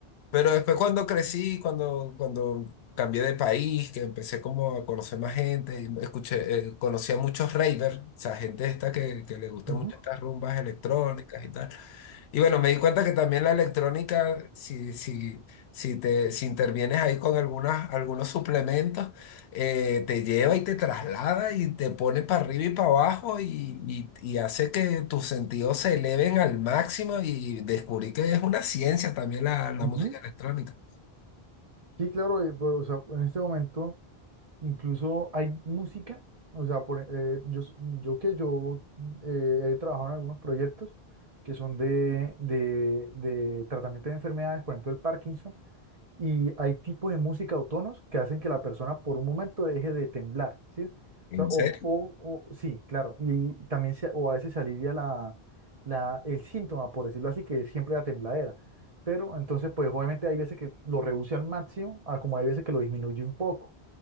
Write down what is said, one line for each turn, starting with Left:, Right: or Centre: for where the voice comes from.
Left: Pero después cuando crecí, cuando, cuando cambié de país, que empecé como a conocer más gente, y escuché, eh, conocí a muchos ravers, o sea, gente esta que, que le gustan
Right: Ujú,
Left: mucho estas rumbas electrónicas y tal. Y bueno, me di cuenta que también la electrónica, si, si, si te, si intervienes ahí con algunas, algunos suplementos, eh, te lleva y te traslada y te pone para arriba y para abajo y, y- y hace que tus sentidos se eleven al máximo y descubrí que es una ciencia también la, la
Right: ujú.
Left: música electrónica.
Right: Sí, claro, eh, pues, o sea, en este momento incluso hay música, o sea, por, eh, yo, s- yo que yo eh, he trabajado en algunos proyectos que son de, de, de tratamiento de enfermedades, por ejemplo, el Parkinson, Y hay tipos de música o tonos que hacen que la persona por un momento deje de temblar, ¿sí?
Left: ¿En
Right: O sea, o,
Left: serio?
Right: o- o- sí, claro. Y también se- o a veces se alivia la, la, el síntoma, por decirlo así, que es siempre la tembladera. Pero entonces, pues obviamente hay veces que lo reduce al máximo, a como hay veces que lo disminuye un poco.